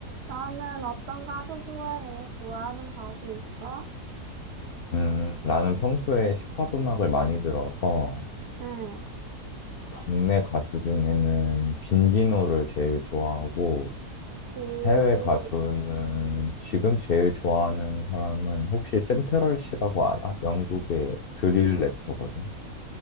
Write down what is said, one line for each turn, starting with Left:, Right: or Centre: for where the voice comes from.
Right: 너는 어떤 가수 좋아해? 좋아하는 가수 있어?
Left: 음, 나는 평소에 힙합 음악을 많이 들어서
Right: 응.
Left: 국내 가수 중에는 빈지노를 제일 좋아하고
Right: 오,
Left: 해외 가수는 지금 제일 좋아하는 사람은 혹시 센트럴 씨라고 알아? 영국의 드릴 래퍼거든.